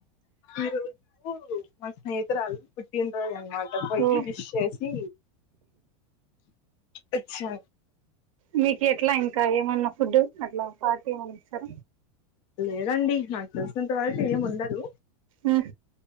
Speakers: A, on the left; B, on the right.
A: ఈరోజు మా స్నేహితురాల్ది పుట్టిన్రోజన్మా ఇంక పొయ్యి
B: ఓ
A: విష్ చేసి వొచ్చా
B: మీకి ఎట్లా ఇంకా ఏమన్నా ఫుడ్డు అట్లా పార్టీ ఏమన్న ఇస్తర
A: లేదండి నాక్ తెల్సినంత వరకు ఏముండదు
B: ఉమ్